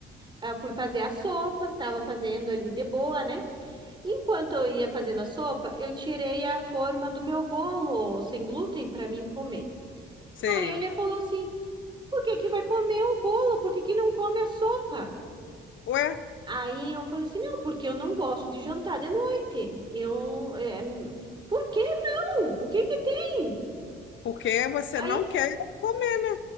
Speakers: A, on the right; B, on the left.
A: Eu fui fazer a sopa, tava fazendo ali de boa, né? Enquanto eu ia fazendo a sopa, eu tirei a forma do meu bolo sem glúten para mim comer.
B: Sei.
A: Aí ele falou assim: "Por que que vai comer o bolo? Por que que não come a sopa?"
B: Ué,
A: Aí eu falei assim: "Não, porque eu não gosto de jantar de noite. Eu é, por que não? O que que tem?"
B: porque você
A: Aí
B: não quer comer.